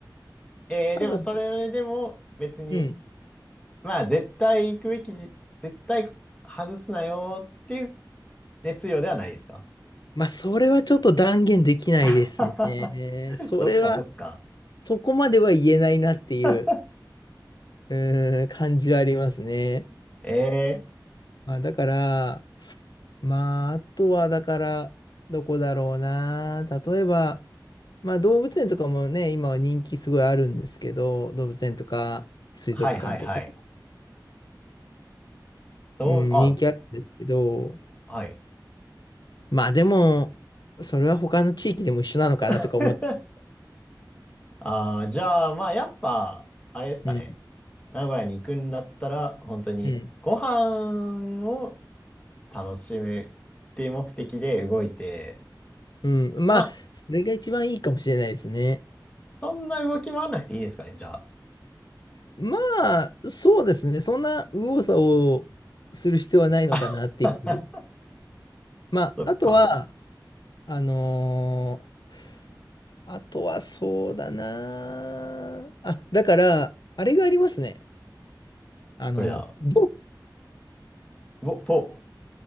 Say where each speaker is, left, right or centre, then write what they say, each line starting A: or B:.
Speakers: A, on the left; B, on the left.
A: えーでもそれでも別に、
B: 多分、うん。
A: まあ絶対行くべき、絶対外すなよっていう熱量ではないですか
B: まあ、それはちょっと断言できないですね。
A: <laughs>
B: それは、
A: そっかそっか。
B: そこまでは言えないなっていう、
A: <laughs>
B: うん、感じはありますね。
A: えー、
B: まあ、だから、まあ、あとは、だから、どこだろうな。例えば、まあ、動物園とかもね、今は人気すごいあるんですけど、動物園とか、水族館とか、
A: はいはいはい。どう、
B: うん、
A: あ、
B: 人気あるんですけど、
A: はい。
B: まあでも、それは他の地域でも一緒なのかなとか思って、
A: <laughs> あーじゃあ、まあやっぱ、あれですかね。
B: うん、
A: 名古屋に行くんだったら、本当にご飯を
B: うん、
A: 楽しむっていう目的で動いて、
B: うん。まあ、
A: まあ
B: それが一番いいかもしれないですね。
A: そんな動き回らなくていいですかね、じゃ
B: まあ、そうですね。そんな右往左往する必要はないのかなっていう。
A: あ。<laughs>
B: まあ、
A: そっか。
B: あとは、あのーあとはそうだなあ。あ、だから、あれがありますね。あの、
A: それだ
B: ド、
A: ぼ、ぼ、